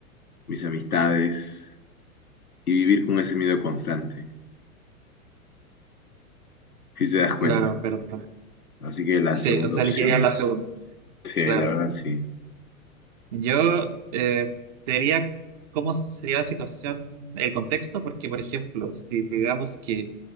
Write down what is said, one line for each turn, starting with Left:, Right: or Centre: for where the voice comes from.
Left: mis amistades y vivir con ese miedo constante, si te das cuenta.
Right: claro, perdón.
Left: Así que la
Right: Sí,
Left: segunda
Right: o sea,
Left: opción,
Right: elegiría la segunda,
Left: sí, la
Right: claro.
Left: verdad sí.
Right: Yo eh, diría cómo sería la situación, el contexto, porque, por ejemplo, si digamos que